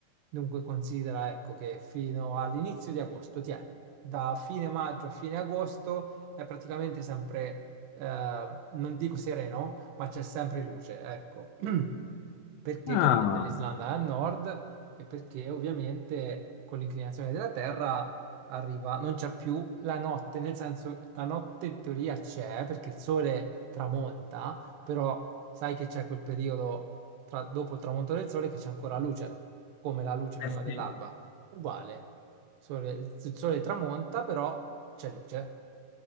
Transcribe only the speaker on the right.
Dunque considera, ecco, che fino all'inizio di agosto, ti è, da fine maggio a fine agosto è praticamente sempre eh, non dico sereno, ma c'è sempre luce, ecco. <clears throat> Perché
chiaramente l'Islanda è a nord e perché ovviamente con l'inclinazione della Terra arriva, non c'è più la notte, nel senso la notte in teoria c'è perché il sole tramonta, però sai che c'è quel periodo tra- dopo il tramonto del sole che c'è ancora luce, come la luce prima
dell'alba. Uguale. Sole- il sole tramonta, però c'è luce.